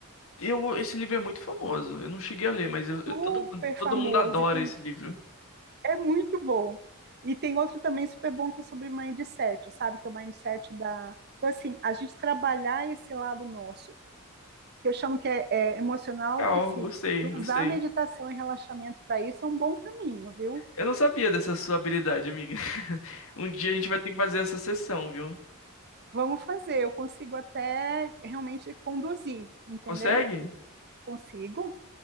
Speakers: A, on the left (about 65°); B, on the right (about 50°).
A: Eu, esse livro é muito famoso. Eu não cheguei a ler, mas eu,
B: Super
A: eu- todo mundo,
B: famoso
A: todo mundo adora
B: e tem
A: esse livro.
B: é muito bom. E tem outro também super bom que é sobre mindset, sabe? Que é o mindset da. Então, assim, a gente trabalhar esse lado nosso, que eu chamo que é, é emocional
A: Legal,
B: ou psíquico,
A: gostei,
B: e
A: gostei.
B: usar a meditação e relaxamento para isso é um bom caminho, viu?
A: Eu não sabia dessa sua habilidade, amiga. <laughs> Um dia a gente vai ter que fazer essa sessão, viu?
B: Vamos fazer, eu consigo até realmente conduzir, entendeu?
A: Consegue?
B: Consigo.